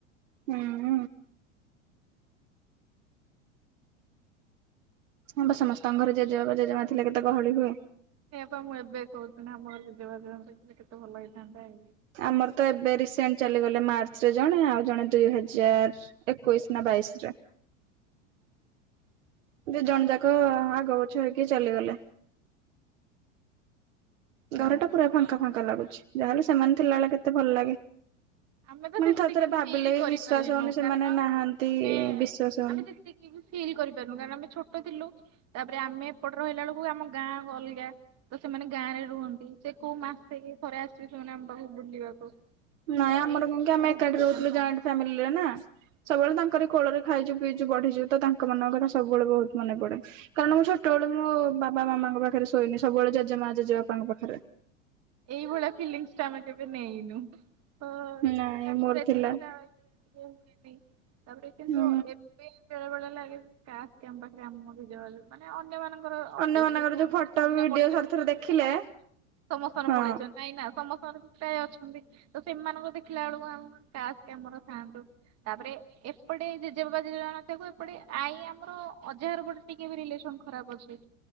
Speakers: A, on the right (about 75°); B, on the right (about 40°).
A: ହୁଁ। ହଁ ବା ସମସ୍ତଙ୍କ ଘରେ ଜେଜେ ବାପା ଜେଜେମା ଥିଲା କେତେ ଗହଳି ହୁଏ।
B: ସେଇଆପା ମୁଁ ଏବେ କହୁଥିଲି ନା ଆମ ଘରେ ଜେଜବା ଜେମା କେତେ ଭଲ ହେଇଥାନ୍ତାଇ।
A: ଆମର ତ ଏ ଏ ରିସେଣ୍ଟ ଚାଲିଗଲେ ମାର୍ଚ୍ଚ ରେ ଜଣେ ଆଉ ଜଣେ ଦୁଇ ହଜାର ଏକୋଇଶି ନା ବାଇଶି ରେ।
B: ହ
A: ଦି ଜଣ ଯାକ ଆଗ ପଛ ହେଇକି ଚାଲିଗଲେ।
B: ସେଇଆ
A: ଘର ଟା ପୁରା ଫାଙ୍କା ଫାଙ୍କା ଲାଗୁଛି ଯାହାହେଲେ ସେମାନେ ଥିଲା ବଳେ କେତେ ଭଲ ଲାଗେ।
B: ଆମେ ତ ସେତିକି
A: ମାନେ ଥର ଥରେ ଭାବିଲେ
B: ଫିଲ୍
A: ବି
B: କରିପାରିନୁ
A: ବିଶ୍ଵାସ ହଉନି ସେମାନେ
B: କାରଣ
A: ନାହାନ୍ତି
B: ଆମେ
A: ବିଶ୍ଵାସ ହଉନି।
B: ଆମେ ସେତିକି ବି ଫିଲ୍ କରିପାରୁନୁ କାରଣ ଆମେ ଛୋଟ ଥିଲୁ। ତାପରେ ଆମେ ଏପଟରେ ରହିଲା ବେଳକୁ ଆମ ଗାଁ ଅଲଗା। ତ ସେମାନେ ଗାଁ ରେ ରୁହନ୍ତି ସେ କୋଉ ମାସେି ଥରେ ଆସିବେ ସେମାନେ ଆମ ପାଖକୁ ବୁଲିବାକୁ।
A: ନାଇଁ
B: ତ
A: ଆମର
B: ଏଇ
A: କଣ କି ଆମେ
B: ବହୁତ
A: ଏକାଠି
B: ଡିଷ୍ଟାନ୍ସ
A: ରହୁଥିଲୁ ଜଏଣ୍ଟ
B: ଆମ
A: ଫାମିଲିରେ ନା। ସବୁବେଳେ ତାଙ୍କର କୋଳରେ ଖାଇଛୁ ପିଇଛୁ ବଢିଛୁ ତ ତାଙ୍କ ମାନଙ୍କ କଥା ସବୁବେଳେ ବହୁତ ମନେ ପଡେ। କାରଣ ମୁଁ ଛୋଟବେଳୁ ମୋ ବାପ ମାମାଙ୍କ ପାଖରେ ଶୋଇନି ସବୁବେଳେ ଜେମା ଜେଜେବାପାଙ୍କ ପାଖରେ
B: ଏଇଭଳିଆ ଫିଲିଙ୍ଗସ ଟା ଆମେ କେବେ ନେଇନୁ। ହଁ
A: ନାଇଁ
B: ତାଙ୍କ
A: ମୋର
B: ପ୍ରେଜେସଟା
A: ଥିଲା
B: ବାକି ଟିକେ ହୁଏନି। ତାପରେ କିନ୍ତୁ
A: ହୁଁ
B: ଏବେ ବେଳେ ବେଳେ ଲାଗେଯେ କାସ କାମ ପାଖରେ ଆମର ବି ଜୋଗା ଜୋଗ। ମାନେ ଅନ୍ୟମାନାନଙ୍କର ଆମର ଅବଶ୍ୟ
A: ଅନ୍ୟମାନଙ୍କର ଯୋଉ
B: ଆମର
A: ଫଟୋ
B: ଥୋଡି
A: ଭିଡିଓ
B: ପଳେଇ ଚନ୍ତି
A: ଥରେ
B: ବୋଲି
A: ଥରେ
B: ଥୋଡି
A: ଦେଖିଲେ
B: ନା ସମ ସମସ୍ତଙ୍କ ର
A: ହଁ
B: ପଳେଇଛନ୍ତି। ନାଇଁ ନା ସମସ୍ତଙ୍କର ପ୍ରାୟ ଅଛନ୍ତି ତ ସେମାନଙ୍କର ଦେଖିଲା ବେଳକୁ ଆମ କାସ୍ କାମର ଥାଆନ୍ତୁ। ତାପରେ ଏପଟେ ଜେଜେବାବା ଜେଜେ ମା ନଥାକୁ ଏପଟେ ଆଈ ଆମର ଅଜାହାର ପଟେ ଟିକେ ବି ରିଲେସନ ଖରାପ ଅଛି।